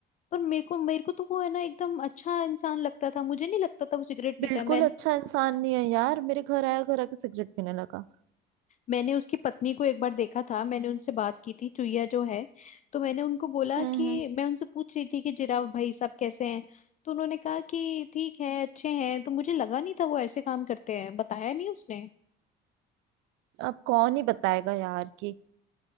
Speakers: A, on the left; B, on the right.
A: पर मेरे को मेरे को तो वो है ना एकदम अच्छा इंसान लगता था मुझे नहीं लगता था वो सिगरेट पीता
B: बिल्कुल
A: है मैं
B: अच्छा इंसान नहीं है यार मेरे घर आया घर आके सिगरेट पीने लगा
A: मैंने उसकी पत्नी को एक बार देखा था मैंने उनसे बात की थी चुईया जो है तो मैंने उनको बोला
B: हम्म
A: कि
B: हम्म
A: मैं उनसे पूछ रही थी कि जिराफ भाई साहब कैसे हैं तो उन्होंने कहा कि ठीक है अच्छे हैं तो मुझे लगा नहीं था वो ऐसे काम करते हैं बताया नहीं उसने
B: अब कौन ही बताएगा यार कि